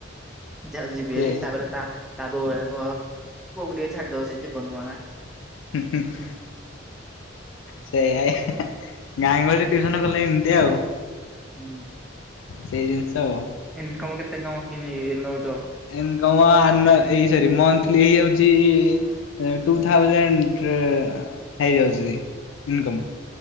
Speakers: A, in the centre; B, on the left (about 75°).
A: ଯ ଯିବିଆରୀ
B: ସେ
A: ତାପରେ ତା ତା ବୋହୁ ଆଗେ କହ ପୁଅ କୁ ଟିକେ ଛାଡିଦବ ସେ ଜୀବନୁ ପରା।
B: ଠିକ ଠ <unintelligible> ସେଇଆ ଗାଁ ଗହଳି ଟିଉସନ କଲେ ଏମିତି ଆଉ।
A: ହୁଁ।
B: ସେଇ ଜିନିଷ ବ।
A: ଇନ୍‌କମ୍ କେତେ କଣ କିିନି ନଉଚ?
B: ଇନ୍‌କମ୍ ଆନୱାର ଏଇ ସରି ମନ୍ଥଲି ଏଇଯାଉଛି ଟୁ ଥାଉଜେଣ୍ଡ। ହେଇଯାଉଛି ଇନ୍ କମ୍।